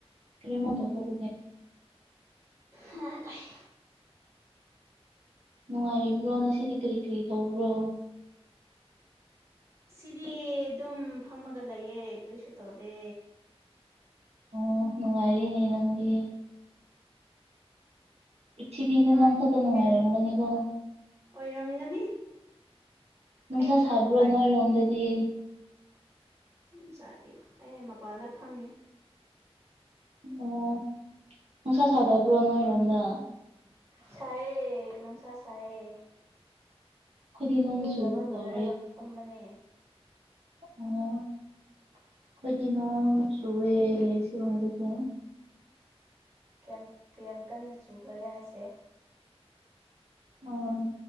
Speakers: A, on the right; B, on the right.
A: ꯀꯔꯤꯃꯣ ꯇꯧ ꯐꯕꯒ
B: ꯍꯥ ꯂꯩꯏ
A: ꯅꯨꯡꯉꯥꯏꯔꯤꯕ꯭ꯔꯣ ꯉꯁꯤꯗꯤ ꯀꯔꯤ ꯀꯔꯤ ꯇꯧꯕ꯭ꯔꯣ
B: ꯁꯤꯔꯤ ꯑꯗꯨꯝ ꯐꯝꯃꯒ ꯂꯩꯌꯦ ꯀꯔꯤꯁꯨ ꯇꯧꯗꯦ
A: ꯑꯣ ꯅꯨꯡꯉꯥꯏꯔꯤꯅꯦ ꯅꯪꯒꯤ ꯄ꯭ꯔꯤꯊꯤꯕꯤꯗ
B: ꯅꯨꯡꯉꯥꯏ
A: ꯅꯪ ꯈꯛꯇ ꯅꯨꯡꯉꯥꯏꯔꯝꯒꯅꯤꯀꯣ
B: ꯑꯣꯏꯔꯝꯒꯅꯤ
A: ꯅꯨꯡꯁꯥ
B: ꯑꯩꯒꯨꯝꯕ
A: ꯁꯕ꯭ꯔꯣ
B: ꯅꯨꯡꯉꯥꯏꯕ
A: ꯅꯣꯏ ꯔꯪꯗꯦꯗꯤ
B: ꯎꯝ ꯆꯗꯦ ꯑꯩ ꯃꯄꯥꯟꯗ ꯐꯝꯃꯤ
A: ꯑꯣ ꯅꯨꯡꯁꯥ ꯁꯥꯗꯕ꯭ꯔꯣ ꯅꯣꯏꯔꯣꯝꯗ
B: ꯁꯥꯏꯌꯦ ꯅꯨꯪ ꯅꯨꯡꯁꯥ ꯁꯥꯏꯌꯦ
A: ꯑꯩꯈꯣꯏꯗꯤ ꯅꯣꯡ
B: ꯏꯔꯨꯖꯕꯥ
A: ꯆꯨꯒꯦ
B: ꯂꯣꯏꯔꯒ
A: ꯇꯧꯔꯦ
B: ꯈꯝꯕꯅꯦ
A: ꯑꯣ ꯑꯩꯈꯣꯏꯗꯤ ꯅꯣ ꯁꯋꯦ ꯁꯤꯗꯥꯀꯣ
B: ꯀꯌꯥꯝ ꯀꯌꯥꯝ ꯀꯟꯅ ꯆꯨꯈ꯭ꯔꯒꯦ ꯍꯥꯏꯁꯦ
A: ꯑꯣ